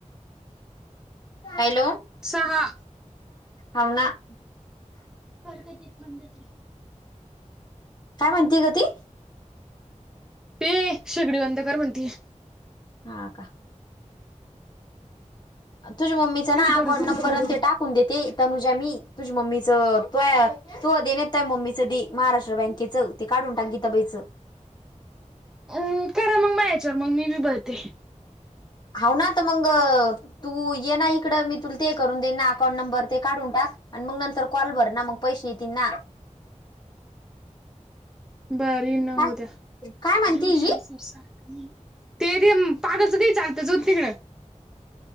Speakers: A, on the left; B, in the centre.
A: हॅलो
B: सहा
A: होना.
B: करत तच म्ह त
A: काय म्हणतीय ग ती
B: ते शेगडी बंद कर म्हणतीय.
A: ह का तुझ्या मम्मीचं
B: तिथं
A: ना
B: घर
A: अकाउंट
B: जाऊन
A: नंबर
B: बोलू
A: आणि ते टाकून देते तनुजा मी तुझी मम्मीच तो तू अधेन येतोय मम्मीच दे महाराष्ट्र बँकेचं ते काढून टाक गीताबाईचं
B: अम करा मग मा या्याच्यावर मग मी बी बघते
A: हा ना तर मग तू ये ना इकडं मी तुला ते करून देईन ना अकाउंट नंबर ते काढून टाक आणि मग नंतर कॉल भर ना मग पैसे येत ना
B: बरी न
A: काय
B: होद्या
A: काय म्हणती
B: येऊ श
A: ही
B: ते ते पागलचं ते चालत जो तिकडं